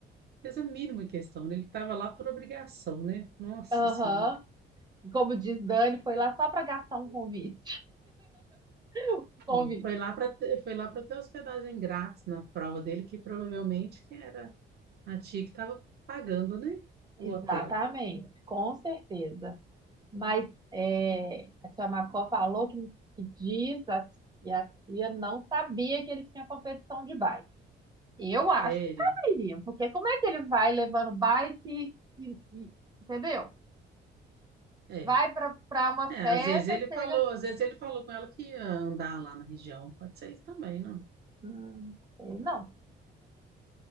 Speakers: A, on the right; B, on the right.
A: Fez a mínima questão, né? Ele estava lá por obrigação, né? Nossa
B: Aham,
A: Senhora.
B: Como diz Dani, foi lá só para gastar um convite. <laughs> Convite.
A: Hum. Foi lá para foi lá para ter hospedagem grátis na prova dele, que provavelmente que era a tia que estava pagando, né? O
B: Exatamente,
A: hotel.
B: com certeza. Mas é, a tia Macó falou que, que diz a- e a tia não sabia que ele tinha competição de bike. Eu acho
A: Sério.
B: que saberia, porque como é que ele vai levando bike e, e- entendeu?
A: É.
B: Vai para para uma
A: É,
B: festa,
A: às vezes ele
B: chega.
A: falou, às vezes ele falou com ela que ia andar lá na região. Pode ser isso também, não?
B: Hum, sei não.